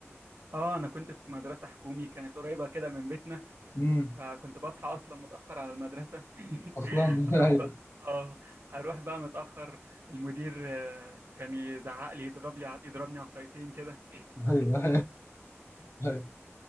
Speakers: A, on the right (about 55°); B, on the left (about 75°).
A: اه انا كنت في مدرسه حكومي كانت قريبه كده من بيتنا
B: امم
A: فكنت بصحى اصلا متاخر على المدرسه <laughs>
B: اصلا <laughs>
A: اروح
B: ايوه
A: بقى اه اروح بقى متاخر المدير آه، كان يزعق لي يضرب لي ع- يضربني عصايتين كده
B: ايوه <laughs>